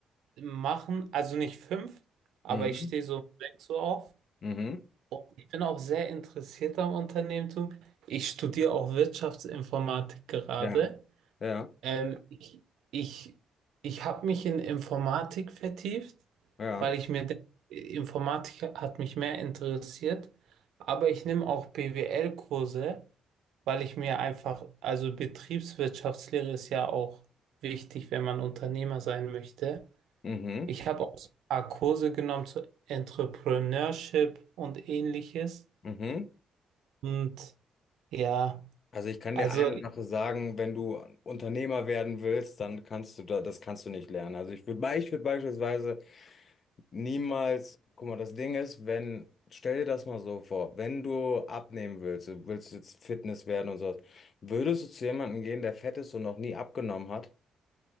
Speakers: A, on the right; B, on the left.
A: machen, also nicht fünf, aber
B: Mhm.
A: ich stehe so um sechs Uhr auf
B: Mhm.
A: und ich bin auch sehr interessiert am Unternehmertum. Ich studiere auch Wirtschaftsinformatik gerade.
B: Ja. Ja.
A: Ähm, ich ich, ich habe mich in Informatik vertieft,
B: Ja,
A: weil ich mir denke, Informatik hat mich mehr interessiert. Aber ich nehme auch BWL-Kurse, weil ich mir einfach, also Betriebswirtschaftslehre ist ja auch wichtig, wenn man Unternehmer sein möchte.
B: mhm,
A: Ich habe auch so ein paar Kurse genommen zu Entrepreneurship und ähnliches.
B: mhm.
A: Und ja,
B: Also ich kann
A: also
B: dir eine Sache sagen, wenn du Unternehmer werden willst, dann kannst du da, das kannst du nicht lernen. Also ich würde, ich würde beispielsweise niemals, guck mal, das Ding ist, wenn, stell dir das mal so vor, wenn du abnehmen willst, du willst jetzt Fitness werden und sowas, würdest du zu jemandem gehen, der fett ist und noch nie abgenommen hat?